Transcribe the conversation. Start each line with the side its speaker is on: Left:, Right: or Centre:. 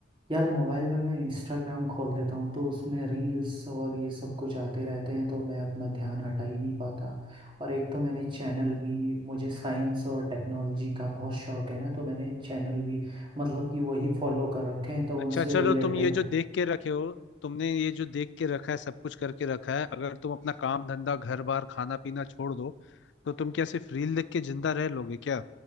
Right: यार मोबाइल में मैं इंस्टाग्राम खोल देता हूँ तो उसमें रील्स और ये सब कुछ आते रहते हैं तो मैं अपना ध्यान हटा ही नहीं पाता और एक तो मैंने चैनल भी मुझे साइंस और टेक्नोलॉजी का बहुत शौक है ना तो मैंने चैनल भी मतलब कि वही फॉलो कर रखे हैं तो उनसे
Left: अच्छा चलो
Right: रिलेटेड
Left: तुम ये जो देख के रखे हो तुमने ये जो देख के रखा है सब कुछ करके रखा है अगर तुम अपना काम धंधा घर बार खाना पीना छोड़ दो तो तुम क्या सिर्फ रील देख के जिंदा रह लोगे क्या